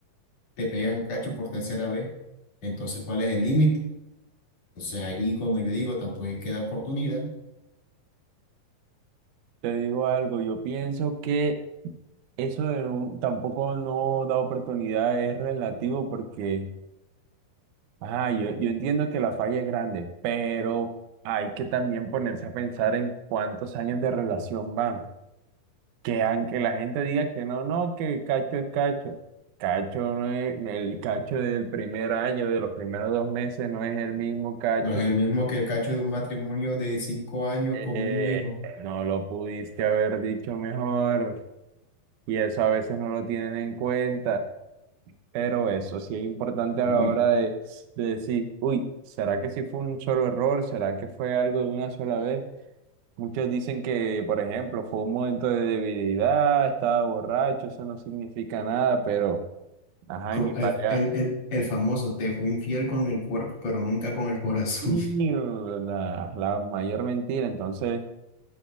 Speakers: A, on the left (about 45°); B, on the right (about 75°).
A: te pegan cacho por tercera vez. Entonces, ¿cuál es el límite? Entonces ahí cuando yo digo tampoco es que da oportunidad,
B: Te digo algo, yo pienso que eso de un- tampoco no da oportunidad es relativo porque, ah, yo, yo entiendo que la falla es grande, pero hay que también ponerse a pensar en cuántos años de relación van. que aunque la gente diga que no, no, que cacho es cacho, cacho no es, el cacho del primer año, de los primeros dos meses, no es el mismo cacho.
A: no es el mismo que el cacho de un matrimonio de cinco años
B: eh,
A: con un hijo.
B: no lo pudiste haber dicho mejor y eso a veces no lo tienen en cuenta, pero eso sí es importante a
A: Uy,
B: la hora de, de decir, uy, ¿será que sí fue un solo error? ¿Será que fue algo de una sola vez? Muchos dicen que, por ejemplo, fue un momento de debilidad, estaba borracho, eso no significa nada, pero, ajá,
A: Co-
B: y mi pareja,
A: El, el, el, el famoso te fue infiel con el cuerpo, pero nunca con el corazón.
B: y la, la mayor mentira. Entonces,